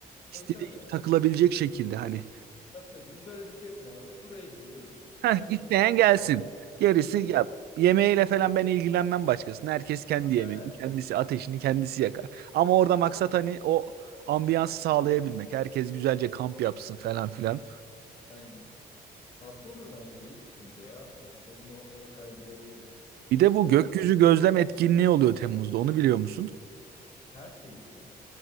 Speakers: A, on the right; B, on the left.
A: istediği
B: Tabii tabii.
A: gibi takılabilecek şekilde hani
B: Tabii tabii. Biz böyle bir şey planladık. Buraya gidiyoruz.
A: Heh,
B: Gelmek
A: isteyen
B: isteyenler.
A: gelsin. Gerisi
B: Aynen.
A: ya yemeğiyle falan ben ilgilenmem başkasına. Herkes kendi
B: Aynen.
A: yemeğini, kendisi ateşini kendisi yakar. Ama orada maksat
B: evet.
A: hani o ambiyansı sağlayabilmek. Herkes güzelce kamp yapsın falan filan.
B: Aynen. Tatlı olur bence. İyi düşünce ya. Aslında bunu oraya kaydırabiliriz.
A: Bir de bu
B: Yani
A: gökyüzü gözlem etkinliği oluyor Temmuz'da. Onu biliyor musun?
B: Pers Eğit mi?